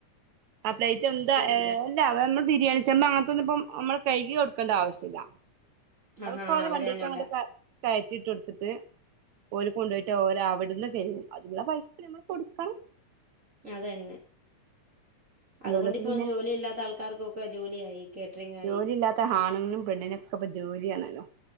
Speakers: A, on the right (about 65°); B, on the right (about 25°).
A: ആ പ്ലേറ്റ് എന്ത ഏഹ്
B: അല്ലേ
A: അല്ല നമ്മൾ ബിരിയാണി ചെമ്പ അങ്ങനത്തൊന്നും ഇപ്പ നമ്മൾ കഴുകി കൊടുക്കേണ്ട ആവശ്യല്ല
B: ആഹാ
A: അതകൊലെ
B: അവരന്നെ
A: വണ്ടിയക്ക് അങ്ങ
B: അല്ല
A: ക കയറ്റി ഇട്ട് കൊടുത്തിട്ട് ഓര് കൊണ്ടു പോയിട്ട് ഓര് അവിടുന്ന് കഴുകും അതിനുള്ള പൈസ നമ്മള് കൊടുക്കണം
B: അതന്നെ അതുകൊണ്ടിപ്പം
A: അതുകൊണ്ടിപ്പോ പിന്നെ
B: ജോലിയില്ലാത്ത ആൾക്കാർക്കൊക്കെ ജോലിയായി കേറ്ററിംഗ് ആയി
A: ജോലിയില്ലാത്ത ആണിനും പെണ്ണിനു മൊക്കെ ഇപ്പ ജോലിയാണല്ലോ